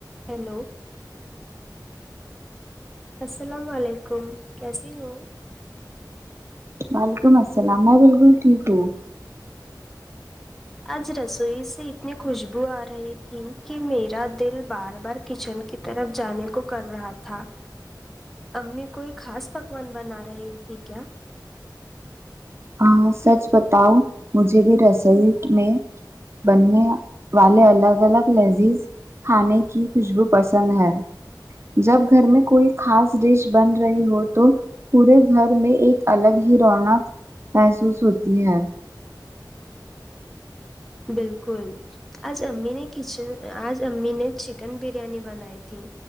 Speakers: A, in the centre; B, on the right (about 35°).
A: hello السلام علیکم کیسی ہو
B: وعلیکم السلام میں بالکل ٹھیک ہوں
A: آج رسوئی سے اتنی خوشبو آ رہی تھی کہ میرا دل بار بار کچن کی طرف جانے کو کر رہا تھا امی کوئی خاص پکوان بنا رہی تھی کیا
B: ہاں سچ بتاؤ مجھے بھی ریزلٹ میں بننے والے الگ الگ لیزیز کھانے کی خوشبو پسند ہے جب گھر میں کوئی خاص ڈش بن رہی ہو تو پورے گھر میں ایک الگ ہی رونق محسوس ہوتی ہے
A: بالکل آج امی نے کچن آج امی نے چکن بریانی بنائی تھی